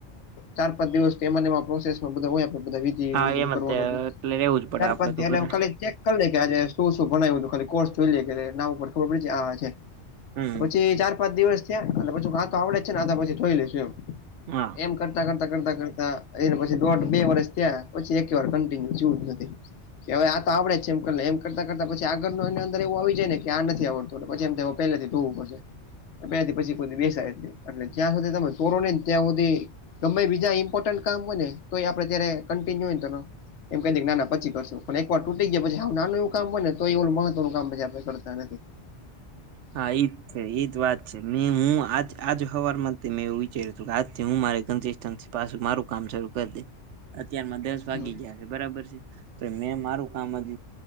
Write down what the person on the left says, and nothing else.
ચાર-પાંચ દિવસ એ પ્રોસેસમાં બધા હોયે બધ એ
બધું
કરવાનું
છે
ચાર
પાંચ <unintelligible>
કાલે જ્યારે શું શું ભનાવ્યું હતું ખાલી કોર્સ જોઈ લે કે નામ ઉપર ખબર પડી આ છે.
પછી ચાર પાંચ દિવસ થયા એટલે પછું કાં તો આવડે જ છે ને પછી જોઈ લઈશું એમ.
એમ કર કરતા કરતા કરતા કરતા એને પછી દોઢ બે વર્ષ થ્યાં પછી એક વાર કન્ટિન્યુવ થયું જ નથી. કે હવે આ તો આવડે જ છે એમ કર એમ કરતા કરતા પી આગળ ન એ અંદર એવું આવી જાયને કે આ નથી આવડત પછી એમ થાય અવે પેલેથી જોવું પડશે. <unintelligible> પછી કોઈ બેસાય જ નય, જ્યાં સુધી તમે તોરો નહીને ત્યાં હું તે ગમે એ બીજા ઇમ્પોર્ટ કામ હોયને, તો આપે જ્યારે કોન્ટીનું હોય એમ કહી દે ના ના પછી કરશું, પણ એકવાર તૂટી ગયા પછી હાવ નાનું એવુ કામ હોય ને તો એ ઓલું મહત્વનું કામ પછી આપણે કરતા નથી.
હમ